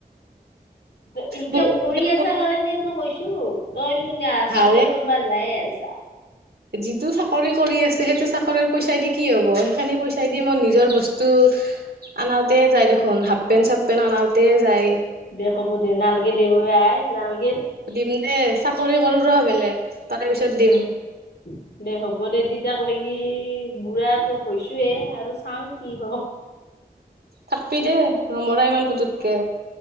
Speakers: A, on the left; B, on the right.
A: ত ইনকাম
B: বহুত
A: কৰি আছা
B: কৰো
A: কাৰণে তো কৈছো তইটো কি
B: হাৰে
A: চাকৰি কৰ যাই আছ।
B: যিটো চাকৰি কৰি আছে সেইটো চাক ঘৰৰ পইচাই দি কি হ'ব সেইখিনি পইচাই দি মই নিজৰ বস্তু আনাত তে যায় দেখোন হাফ পেণ্ট চফ পেনট অনাওঁতে যায়।
A: দে হ'ব দে নালকে দেও ঐ আই নাল-
B: সুধিম দে চাকৰি কৰো ৰ বেলেগ তাৰে পিছত দিম
A: উম দে হ'ব দে তিত এতিয়া লৈকে বুঢ়টো হৈছোয়ে আৰু চাওঁ কি হ
B: থাকবি দেই নমৰা ইমান পুতুকে